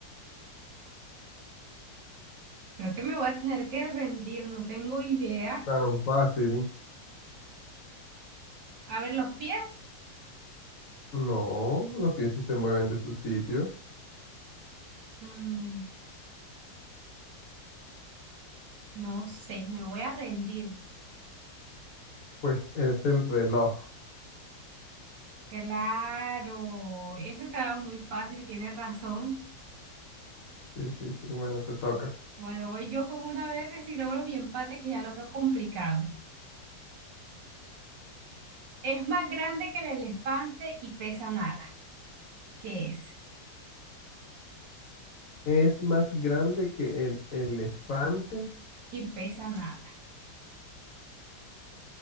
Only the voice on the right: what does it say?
Creo que me voy a tener que rendir, no tengo idea.
A ver, los pies.
Mm, no sé, me voy a rendir.
Claro, ese estaba muy fácil, tienes razón.
Bueno, voy yo con una vez y logro mi empate que ya lo veo complicado. Es más grande que el elefante y pesa nada. ¿Qué es?
Y pesa nada.